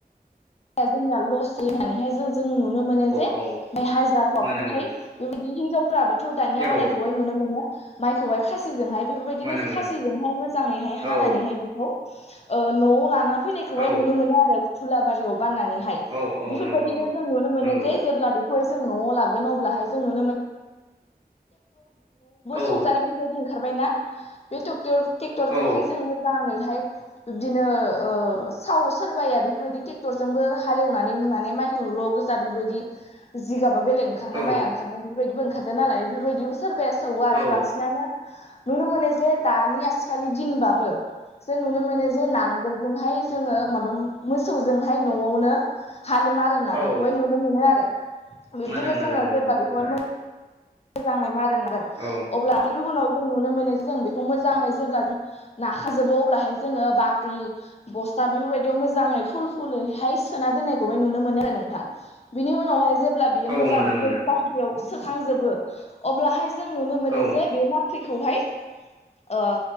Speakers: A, on the left; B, on the right.
A: जोंनिया लस होननानैहाय जों जों नुनो मोनो जे
B: औ
A: बे हाजिरा हौवाफोरहाय
B: मोनो मोनो
A: बेबायदि हिनजावफ्राबोथ' दानिया हानायखौहाय
B: औ
A: नुनो मोनो माइखौहाय खासिजोंहाय बेफोरबायदिनो
B: मोनो मोनो
A: खासिजोंहाय मोजाङैहाय हानानैहाय
B: औ
A: बेखौ न'आव लाना फैनायखौहाय
B: औ
A: नुनो मोनो आरो फुलाबारियाव बाननानैह
B: औ औ
A: बेफोरबायदिनो
B: नंगौ नंगौ
A: जों नुनो मोनो
B: नंगौ
A: जे जेब्ला लाोन जनो
B: औ
A: स बेफोरबायदि ओंखारबायनाा बे ट्रेक्टर
B: औ
A: जजोंहाय जोंो मोजाङैहाय बिबदिनो ओ सावो सोरबाया बेफोरबायदि टिक टेक्टर जोंबो हालेवनानै माने माइखौल' गोजा बेफोरबायदि जिगाबा बेलेग ओंखारनाय
B: औ
A: माइआ ओंखारनाय बेफोरबायदिबो ओंखारदों नालाय बेफोरबायदिबो सोरबाया सौवौ आरो
B: औ
A: बांसिनानो नुनो मोनो जे दानि आथिखालि दिनबाबो जों नुनो मोनो जे नांगोलजोंहाय जोङो माबा मोसौ जोंहाय न'आवनो <unintelligible>
B: औ
A: नुनो मोनो आरो। बिब्दिनो
B: मोनो मोनो
A: जोङो
B: मोनो
A: जेब्ला
B: मोनो
A: बेखौहाय
B: थारैनो
A: मोजाङै मार होनांगोन
B: औ।
A: अब्ला उनाव जों नुनो मोनो जों बेखौ मोजाङै जेब्ला जों नाखाजोबो अब्लाहाय जोङो बाख्रि बस्था बेफोरबायदियाव मोजाङै फुल फुलहाय सोना दोननायखौबो नुनो मोनो आरो नोंथां। बिनि उनावहाय जेब्ला बियो
B: औ
A: मोजां
B: मोनो
A: बेफोरबायदि
B: मोनो
A: बाख्रियाव सोखांजोबो अब्लाहाय जों नुनो मोनो
B: औ
A: जे बे माख्रिखौहाय‌ ओ